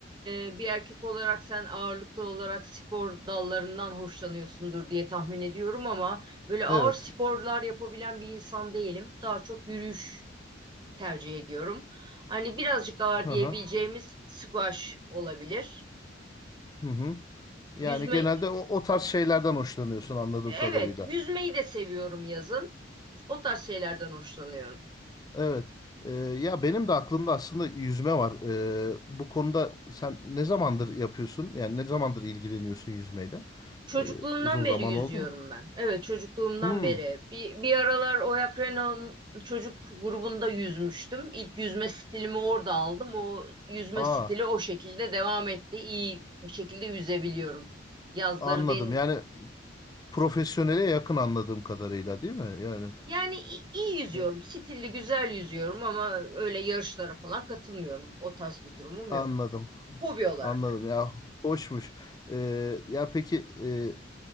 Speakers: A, on the right; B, on the left.
A: e, bir erkek olarak sen ağırlıklı olarak spor dallarından hoşlanıyorsundur diye tahmin ediyorum ama böyle ağır
B: Evet.
A: sporlar yapabilen bir insan değilim. Daha çok yürüyüş tercih ediyorum. Hani birazcık ağır
B: Hı
A: diyebileceğimiz
B: hı.
A: squash olabilir.
B: Hı hı. Yani
A: Yüzme,
B: genelde o, o tarz şeylerden hoşlanıyorsun anladığım
A: evet
B: kadarıyla.
A: yüzmeyi de seviyorum yazın. O tarz şeylerden hoşlanıyorum.
B: Evet. E, ya benim de aklımda aslında yüzme var. E, bu konuda sen ne zamandır yapıyorsun? Yani ne zamandır ilgileniyorsun yüzmeyle?
A: Çocukluğumdan
B: E, uzun
A: beri
B: zaman
A: yüzüyorum
B: oldu mu?
A: ben. Evet, çocukluğumdan
B: Hmm.
A: beri. Bir, bir aralar Oyak Renault'un çocuk grubunda yüzmüştüm. İlk yüzme stilimi orada aldım. O yüzme
B: Aa,
A: stili o şekilde devam etti. İyi bir şekilde yüzebiliyorum. Yazları
B: anladım.
A: den
B: Yani profesyonele yakın anladığım kadarıyla değil mi? Yani
A: yani i- iyi yüzüyorum.
B: Evet.
A: Stilli, güzel yüzüyorum ama öyle yarışlara falan katılmıyorum. O tarz bir durumum
B: anladım.
A: yok. Hobi olarak.
B: Anladım ya. Hoşmuş. Ee, ya peki e,